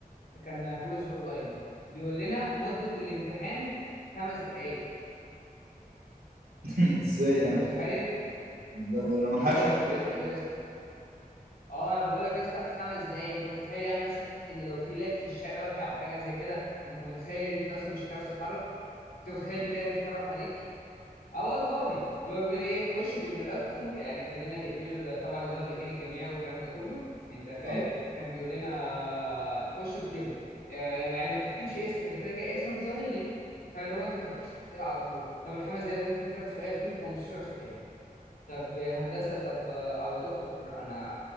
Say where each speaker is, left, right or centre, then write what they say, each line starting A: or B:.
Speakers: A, on the left; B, on the right.
A: فكان آه، كويز اونلاين بيقول لنا مده الامتحان خمس دقائق
B: <laughs> ازاي
A: انت
B: يعني
A: متخيل
B: ده ده انا ملحقش
A: زي ما
B: اكتب
A: بحكي
B: اسمي
A: لك كده يا اسطى اه انا بقول لك يا اسطى خمس دقايق انت متخيل يعني مثلا ان لو في لاج في الشبكه او حاجه زي كده انت متخيل ان انت اصلا مش هتعرف تتحرك انت متخيل ان كده الامتحان راح عليك اه والله اللي هو بيقول لنا ايه خش بايميلاتكم يعني كان لنا الايميل طبعا اللي هو الايميل الجامعي والكلام ده كله انت فاهم
B: آه،
A: كان بيقول لنا آه، خش اكتبه آه، يعني ما تكتبش اسمك انت كده كده اسمك ظاهر ليه فاللي هو انت هتخش تسال على طول طب الخمس دقايق دول فيهم كام سؤال فيهم 15 سؤال طب هندسة طب أو يا دكتور أنا